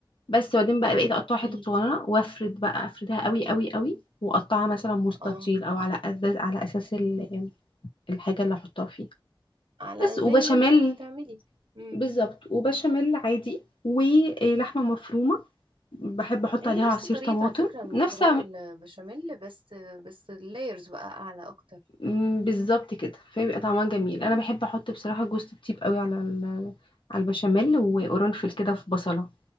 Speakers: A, on the left; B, on the right.
A: بس بعدين بقى بقيت
B: اوكي
A: اقطعها حتت صغيره وافرد بقى افردها قوي قوي قوي واقطعها مثلا مستطيل
B: اه
A: او على اساس على اساس ال- الحاجه اللي احطها فيها
B: على
A: بس وبشاميل
B: زي ما انت ما هتعملي امم
A: بالظبط وبشاميل عادي ولحمه مفرومه بحب احط
B: هي
A: عليها
B: نفس
A: عصير
B: طريقة
A: طماطم
B: على فكرة المكرونة
A: نفس
B: البشاميل بس بس اللايرز بقى أعلى أكتر
A: مم، بالظبط كده فبيبقى طعمها جميل
B: امم
A: انا بحب احط بصراحه جوز الطيب قوي على ال- على البشاميل وقرنفل كده في بصله